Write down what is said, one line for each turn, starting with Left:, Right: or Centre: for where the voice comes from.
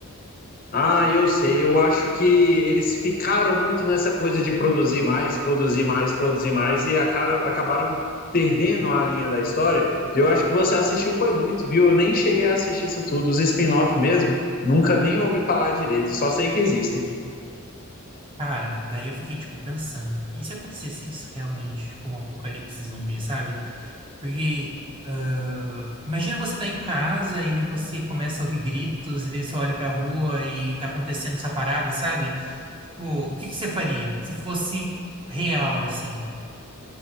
Left: Ah, eu sei. Eu acho que eles ficaram muito nessa coisa de produzir mais, produzir mais, produzir mais e acabaram, acabaram perdendo a linha da história. Eu acho que você assistiu foi muito, viu? Eu nem cheguei a assistir isso tudo. Os spin-off mesmo, nunca nem ouvi falar direito. Só sei que existem.
Right: Cara, daí eu fiquei, tipo, pensando, e se acontecesse isso realmente, tipo, um apocalipse zumbi, sabe? Porque, ah, imagina você tá em casa e você começa a ouvir gritos, e daí você olha pra rua e tá acontecendo essa parada, sabe? Tipo, o que que você faria se fosse real, assim?